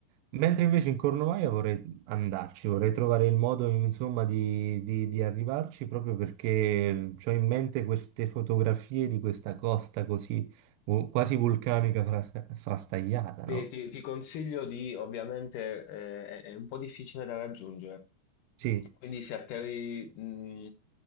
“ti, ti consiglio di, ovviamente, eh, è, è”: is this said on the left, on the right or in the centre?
Left